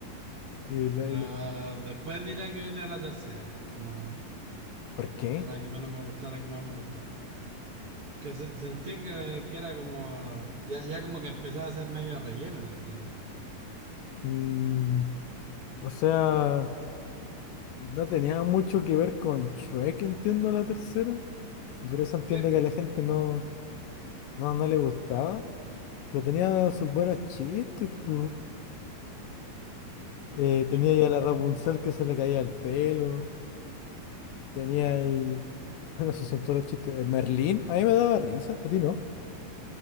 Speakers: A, on the left; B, on the right.
A: Eh, la-
B: Pero
A: el-
B: después diría que viene la tercera, como
A: ¿Por qué?
B: de la que menos me gustó a la que más me gustó. Que se- sentí que, que era como... Ya, ya como que empezaba a ser medio relleno la película.
A: Mm, o sea, no tenía mucho que ver con Shrek, entiendo la tercera. Y por eso entiendo
B: Sí,
A: que
B: po.
A: a la gente no, no, no le gustaba. Pero tenía sus buenos chistes, pues. Eh, tenía
B: <laughs>
A: ahí a la Rapunzel que se le caía el pelo. Tenía ahí. <laughs> Bueno, esos son todos los chistes. Eh, Merlín, a mí me daba risa, a ti no.